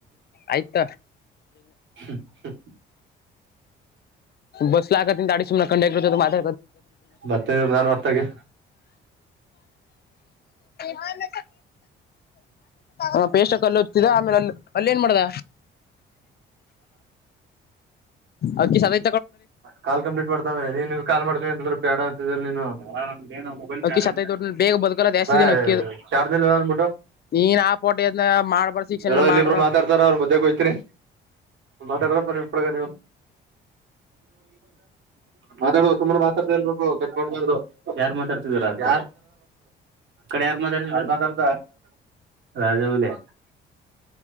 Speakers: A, on the left; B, on the right.
A: ಆಯ್ತ
B: ಹ್ಮ
A: ಬಸ್ ಲ ಆಾಡಿ ಸುಮ ಕಂಡಕ್ಟರ್ ಮಾತ
B: ಬರ್ತೇನೆ ಇರು ನಾನು ಅತ್ತಾಗೆ
A: ಹಾ ಮೇ ಹ ಪೇಸ್ಕ್ಲ್ಲ ಹತಿದ ಆಮೇಲೆ ಅ ಅಲ್ಲ ಏನ್ ಮಾಡ್ದ ಅವಕ ಸಮಯ
B: ಕಾಲ್ ಕಂಪ್ಲೀಟ್ ಮಾಡ್ತಾವೆ ನೀನ್ ನಿ್ ಕಾಲ್ ಮಾಡ್ತೀವ ಎಂತಂದ್ರ ಬೇಡ ಅಂತ ನೀನು ನ ಮೊಬೈಲ್
A: ಅಕ್ಕಿ
B: ಚಾರ್ಜ
A: ಸತೈತ್ ಒಟ್ನಲ್ಲಿ ಬೇಗ ಬದುಕಲ್ಲ ಜಾಸ್ತಿ
B: ಹ
A: ದಿನ ಅಕ್ಕಿ ಅದು
B: ಚಾರ್ಜಲ್ಲ ಮಟ
A: ನೀನ್ ಆ ಪೋಟಿ ಅದ್ನ ಮಾಡ್ಬಾರ ಶಿಕ್ಷಣ
B: ಯಾರೋ ಇಲ್ಲಿಬ್ರು
A: ಮಾಡ್ರ ಅದ
B: ಮಾತಾಡ್ತಾರ ಅವರು ಮಧ್ಯಕ್ಕೆ ಹಯ್ತೀನಿ ಮಾತಾಡ್ರಪ್ಪ ನೀಗ ನೀವು ಮಾತಾಡುವ ಸು ಯಾರ್ ಮಾತಾಡ್ತಿದರ ಆಡೆ ಯಾರ್ ಮಾತಾಡ್ ದ ರಾಜವುಲೆ